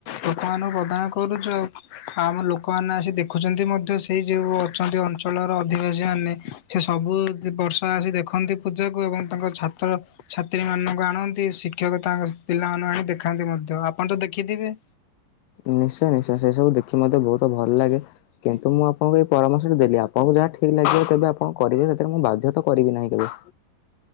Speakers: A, on the left; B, on the left.
A: ଲୋକମାନଙ୍କୁ ପ୍ରଦାନ କରୁଛ ଆଉ ଆମ ଲୋକମାନେ ଆସି ଦେଖୁଛନ୍ତି ମଧ୍ୟ ସେଇ ଯୋଉ ଅଛନ୍ତି ଅଞ୍ଚଳର ଅଧିବାସୀ ମାନେ ସେ ସବୁ ବର୍ଷା ଆସି ଦେଖନ୍ତି ପୂଜାକୁ ଏବଂ ତାଙ୍କ ଛାତ୍ର ଛାତ୍ରୀ ମାନଙ୍କୁ ଆଣନ୍ତି ଶିକ୍ଷକ ତାଙ୍କ ପିଲାମାନଙ୍କୁ ଆଣି ଦେଖାନ୍ତି ମଧ୍ୟ ଆପଣ ତ ଦେଖିଥିବେ
B: ନିଶ୍ଚୟ ନିଶ୍ଚୟ ସେ ସବୁ ଦେଖି ମତେ ବହୁତ ଭଲ ଲାଗେ କିନ୍ତୁ ମୁଁ ଆପଣଙ୍କୁ ଏଇ ପରାମର୍ଶ ଟି ଦେଲି ଆପଣଙ୍କୁ ଯାହା ଠିକ ଲାଗିବ ତେବେ ଆପଣ କରିବେ ସେଥିରେ ମୁଁ ବାଧ୍ୟ ତ କରିବି ନାହିଁ କେବେ